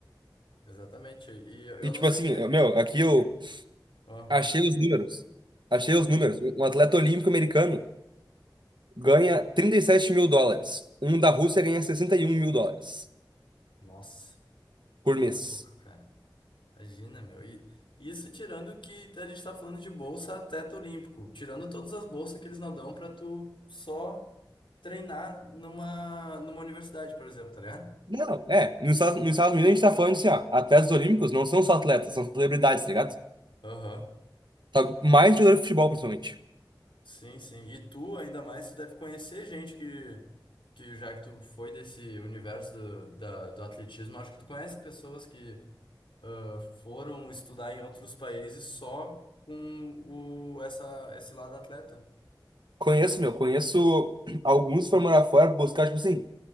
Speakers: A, on the left; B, on the right.
A: exatamente. E eu eu
B: E tipo
A: não sei
B: assim,
A: como
B: eu-
A: é que.
B: meu, aqui eu
A: ó,
B: achei os números. Achei os números. Um atleta olímpico americano ganha 37 mil dólares. Um da Rússia ganha 61 mil dólares
A: nossa.
B: por
A: Tá
B: mês.
A: louco, cara. Imagina, meu. E isso tirando que a gente tá falando de bolsa teto olímpico, tirando todas as bolsas que eles não dão pra tu só treinar numa, numa universidade, por exemplo, tá ligado?
B: Não, é. Nos, Estados- nos Estados Unidos a gente tá falando assim, ó, atletas olímpicos não são só atletas, são celebridades, tá ligado?
A: Aham.
B: Sabe? Mais jogador de futebol, principalmente.
A: Sim, sim. E tu, ainda mais, tu deve conhecer gente que, que já que tu foi desse universo do, da, do atletismo, acho que tu conhece pessoas que ah, foram estudar em outros países só com o, essa, esse lado atleta.
B: Conheço, meu, conheço alguns que foram morar fora buscar, tipo assim,